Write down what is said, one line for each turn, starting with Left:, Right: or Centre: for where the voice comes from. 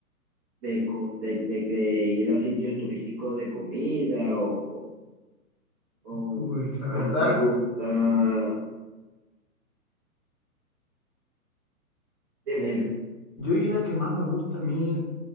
Right: de, co- de, de- de ir a sitios turísticos de comida o cómo, o
Left: Uy, la verdad,
Right: más te gusta. Dime, dime.
Left: <clears throat> yo diría que más me gusta a mí.